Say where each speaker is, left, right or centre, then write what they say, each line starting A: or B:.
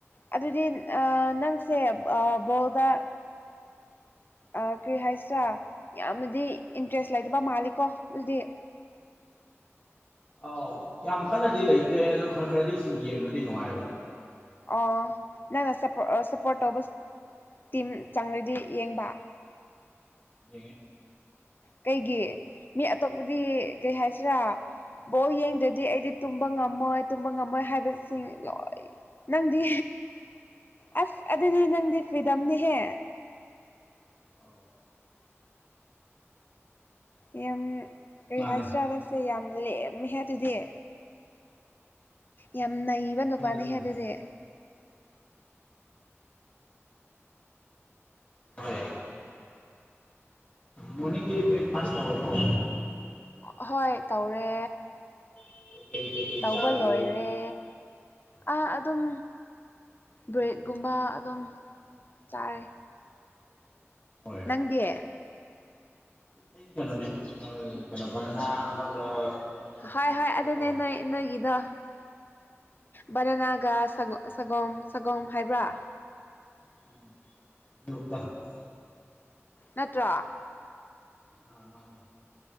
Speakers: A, on the left; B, on the left.
A: ꯑꯗꯨꯗꯤ ꯑ ꯅꯪꯁꯦ ꯑ ꯕꯣꯜꯗ ꯑ ꯀ꯭ꯔꯤ ꯍꯥꯏꯁꯤꯔꯥ ꯌꯥꯝꯅꯗꯤ ꯏꯟꯇ꯭ꯔꯦꯁ ꯂꯩꯇꯕ ꯃꯥꯜꯂꯤꯀꯣ ꯑꯗꯨꯗꯤ
B: ꯑꯧ ꯌꯥꯝ ꯀꯟꯅꯗꯤ ꯂꯩꯇꯦ ꯑꯗꯣ ꯈꯔ ꯈꯔꯗꯤ ꯁꯨꯝ ꯌꯦꯡꯕꯗꯤ ꯅꯨꯡꯉꯥꯏꯕ꯫
A: ꯑꯣ ꯅꯪꯅ ꯁꯄꯣꯔ ꯁꯞꯄꯣꯔꯠ ꯇꯧꯕ ꯇꯤꯝ ꯆꯪꯔꯗꯤ ꯌꯦꯡꯕ
B: ꯌꯦꯡꯉꯤ
A: ꯀꯩꯒꯤ ꯃꯤ ꯑꯇꯣꯞꯄꯗꯤ ꯀꯩ ꯍꯥꯏꯁꯤꯔꯥ ꯕꯣꯜ ꯌꯦꯡꯗ꯭ꯔꯗꯤ ꯑꯩꯗꯤ ꯇꯨꯝꯕ ꯉꯝꯃꯣꯏ ꯇꯨꯝꯕ ꯉꯝꯃꯣꯏ ꯍꯥꯏꯕ ꯁꯤꯡ ꯂꯣꯏ ꯅꯪꯗꯤ ꯑꯁ ꯑꯗꯨꯗꯤ ꯅꯪꯗꯤ ꯐ꯭ꯔꯤꯗꯝꯅꯤꯍꯦ
B: ꯑꯧ
A: ꯌꯥꯝ ꯀꯔꯤ
B: ꯃꯥꯅꯦ
A: ꯍꯥꯏꯁꯤꯔ ꯅꯪ ꯁꯦ ꯌꯥꯝ ꯂꯦꯝꯃꯦꯍꯦ ꯑꯗꯨꯗꯤ ꯌꯥꯝ ꯅꯩꯕ ꯅꯨꯄꯥꯅꯤꯍꯦ
B: ꯐ꯭ꯔꯤꯗꯝꯅꯦ
A: ꯑꯗꯨꯗꯤ
B: ꯍꯣꯏ ꯃꯣꯔꯅꯤꯡꯒꯤ ꯕ꯭ꯔꯦꯛꯐꯥꯁ ꯇꯧꯔꯕꯣ
A: ꯑ ꯍꯣꯏ ꯇꯧꯔꯦ꯫
B: ꯀꯩꯀꯩ ꯀꯩꯀꯩ
A: ꯇꯧꯕ
B: ꯆꯥꯔꯒꯦ
A: ꯂꯣꯏꯔꯦ ꯑꯥ ꯑꯗꯨꯝ ꯕ꯭ꯔꯦꯗꯀꯨꯝꯕ ꯑꯗꯨꯝ ꯆꯥꯔꯦ
B: ꯍꯣꯏ
A: ꯅꯪꯗꯤ
B: ꯑꯩꯗꯤ ꯀꯩꯅꯣꯅꯤꯗ ꯑ ꯀꯩꯅꯣ ꯕꯅꯥꯅ ꯑꯃꯒ ꯁꯪꯒꯣꯝ
A: ꯍꯣꯏ ꯍꯣꯏ
B: ꯑꯃꯒ
A: ꯑꯗꯨꯅꯦ
B: ꯇꯧꯔꯦ
A: ꯅꯣꯏ ꯅꯣꯏꯒꯤꯗꯣ ꯕꯅꯅꯥꯒꯥ ꯁ ꯁꯒꯣꯝ ꯁꯒꯣꯝ ꯍꯥꯏꯕ꯭ꯔꯥ?
B: <inaudible>
A: ꯅꯠꯇ꯭ꯔꯥ꯫
B: ꯑꯥ ꯃꯥꯅꯦ